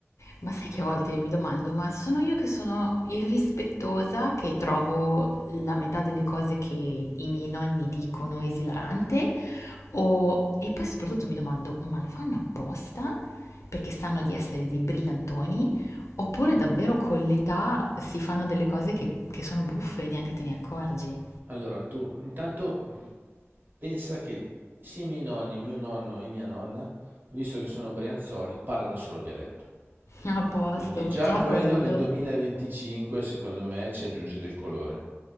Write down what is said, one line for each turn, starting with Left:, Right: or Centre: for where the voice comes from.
Left: ma sai che a volte io mi domando, ma sono io che sono irrispettosa, che trovo la metà delle cose che i miei nonni dicono esilarante? O, e poi soprattutto mi domando, ma lo fanno apposta? Perché sanno di essere dei brillantoni? Oppure davvero con l'età si fanno delle cose che, che sono buffe e neanche te ne accorgi?
Right: Allora, tu intanto pensa che sia i miei nonni, mio nonno e mia nonna, visto che sono brianzoli, parlano solo dialetto.
Left: A posto,
Right: Quindi già
Left: già
Right: quello
Left: quello,
Right: nel 2025 secondo me ci aggiunge del colore.